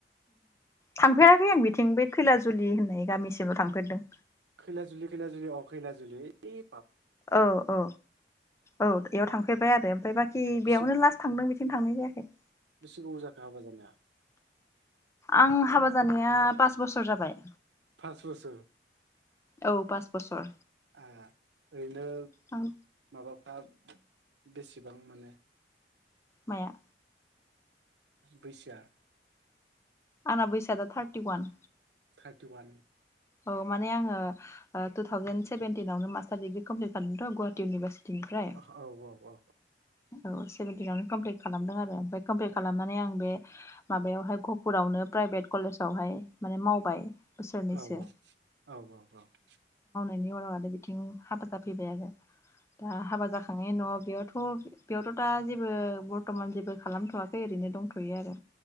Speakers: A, on the left; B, on the right.
A: थांफेराखै आं बिथिं बै खैला जुलि होननाय गामिसिमल' थांफेरदों
B: खैला जुलि खैला जुलि अ खैला जुलि ए
A: औ औ औ बेयाव थांफैबाय बाय आरो बाखि बि
B: बेसे
A: बेयावनो लास्ट थांदों बे सिम थांनाय जायाखै
B: बेसे गोबाव जाखो हाबा जानाया
A: आं हाबा जानाया पास बोसोर जाबाय
B: फास बोसोर
A: औ पास बोसोर
B: ओ ओरैनो
A: आं
B: माबा हा बेसेबां मोनो
A: माया?
B: बैसोआ
A: आना बैस दा थार्टि वान
B: थार्टि वान
A: औ माने आङो टु थावजेन सेभेेनटिनावनो मास्टार दिडग्रि कमप्लिट जादोंथ' गुवाहाटि इउनिभारसिटिनिफ्राय
B: औ औ औ
A: औ सेभेेनटिनावनो कमप्लिट खालामदों आरो ओमफ्राय कमप्लित खालामनानै आं बे माबायावहाय गपुरावनो प्राइभेट कलेजावहाय माने मावबाय बोसोरनैसो
B: औ औ औ औ
A: बेनि उनाव आरो बिथिं हाबा जाफैबाय आरो दा हाबा जाखांनायनि न'आव बेयाव थ' बेयावथ' दा जेबो बर्थ'मान जेबो खालामथ'वाखै ओरैनो दंथ'यो आरो